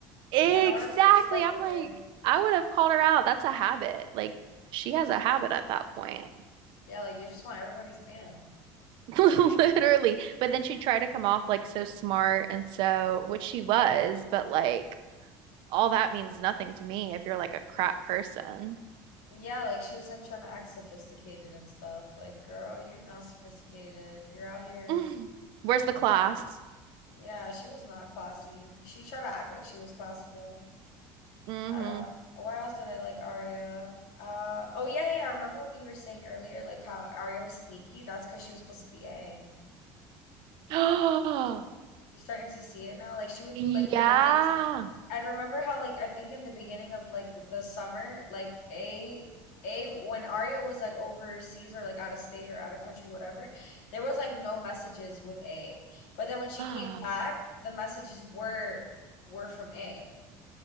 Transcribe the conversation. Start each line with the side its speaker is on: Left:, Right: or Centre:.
Right: exactly.
Left: Yeah, no one ever really stuck
Right: I'm
Left: with
Right: like,
Left: her.
Right: I would have called her out. That's a habit. Like she has a habit at that point.
Left: Yeah, like you just want everybody's man.
Right: <laughs> Literally. But then she tried to come off like so smart and so, which she was, but like all that means nothing to me if you're like a crap person. <laughs>
Left: Yeah, like she was like trying to act sophisticated and stuff. Like, girl, you're not sophisticated. You're out here.
Right: Mm. Where's the class?
Left: Yeah, she was not classy. She tried to act like she was classy though.
Right: Mm-hmm.
Left: I don't. Why else did I like Arya? Uh, oh yeah, yeah. I remember when you were saying earlier like how Arya was sneaky. That's because she was supposed to be A.
Right: Oh,
Left: You're starting to see it now. Like she would
Right: <gasps>
Left: do like little
Right: yeah.
Left: things. And remember how like I think in the beginning of like the summer, like a a when Arya was like overseas or like out of state or out of country, whatever, there was like no messages with A. But then when she
Right: Ah.
Left: came back, the messages were were from A,